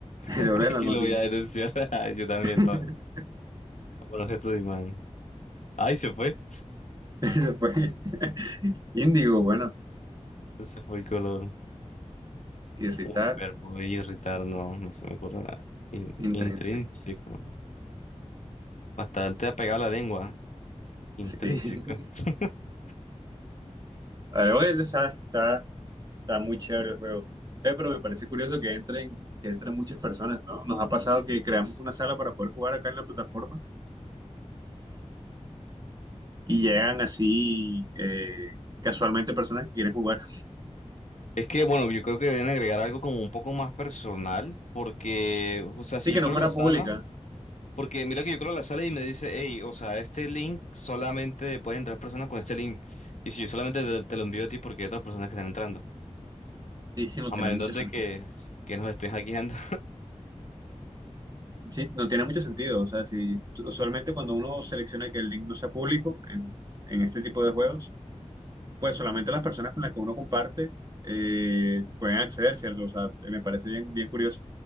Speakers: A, on the right (about 35°); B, on the left (about 80°).
A: <laughs>
B: <laughs>
A: El oro del
B: Aquí
A: anónimo.
B: lo voy a denunciar. <laughs> Yo también,
A: <laughs>
B: todo. Por objeto de imán. Ay, se fue.
A: Después, <laughs> Índigo, bueno,
B: Se fue el color.
A: irritar,
B: Uy, pero voy a irritar, no, no se me ocurre nada. In-
A: intrínseco.
B: intrínseco. Bastante apegado a la lengua. Intrínseco.
A: Sí. <laughs>
B: <laughs>
A: Vale, bueno, está, está, está muy chévere el juego. Eh, pero me parece curioso que entren, que entren muchas personas, ¿no? Nos ha pasado que creamos una sala para poder jugar acá en la plataforma y llegan así eh, casualmente personas que quieren jugar.
B: Es que, bueno, yo creo que deben agregar algo como un poco más personal, porque, o sea, si
A: Sí,
B: yo
A: que
B: creo
A: no fuera
B: la sala.
A: pública.
B: Porque mira que yo creo que la sale y me dice, hey, o sea, este link solamente pueden entrar personas con este link. Y si yo solamente te, te lo envío a ti porque hay otras personas que están entrando.
A: Sí, sí, no
B: A
A: tiene
B: menos
A: mucho
B: de
A: sentido.
B: que, que nos estén hackeando.
A: Sí, no tiene mucho sentido. O sea, si usualmente cuando uno selecciona que el link no sea público en, en este tipo de juegos, pues solamente las personas con las que uno comparte eh, pueden acceder, ¿cierto? O sea, me parece bien, bien curioso.